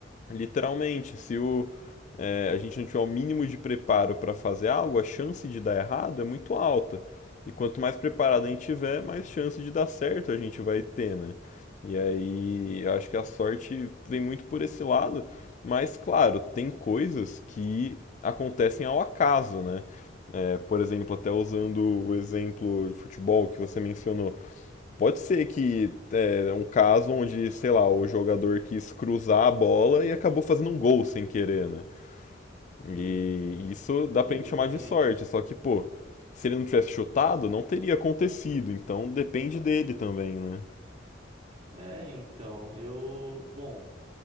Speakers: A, on the left; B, on the right.
A: Literalmente, se o, é, a gente não tiver o mínimo de preparo para fazer algo, a chance de dar errado é muito alta. E quanto mais preparado a gente tiver, mais chance de dar certo a gente vai ter, né? E aí, eu acho que a sorte vem muito por esse lado, mas claro, tem coisas que acontecem ao acaso, né? É, por exemplo, até usando o exemplo de futebol que você mencionou. Pode ser que é um caso onde, sei lá, o jogador quis cruzar a bola e acabou fazendo um gol sem querer, né?
B: sim,
A: E isso dá
B: exatamente.
A: pra gente chamar de sorte, só que, pô, se ele não tivesse chutado, não teria acontecido, então depende dele também, né?
B: É, então, eu. Bom.